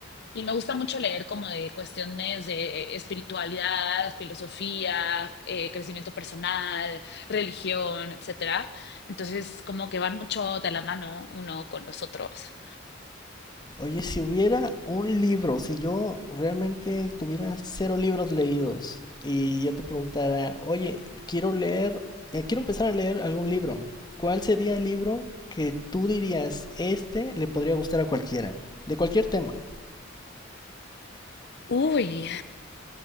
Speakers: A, on the left (about 55°); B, on the left (about 20°).
A: Y me gusta mucho leer como de cuestiones de eh, espiritualidad, filosofía, eh, crecimiento personal, religión, etcétera. Entonces, como que van mucho de la mano uno con los otros.
B: Oye, si hubiera un libro, si yo realmente tuviera cero libros leídos y yo te preguntara, oye, quiero leer, eh, quiero empezar a leer algún libro, ¿cuál sería el libro que tú dirías, este le podría gustar a cualquiera? De cualquier tema.
A: Uy,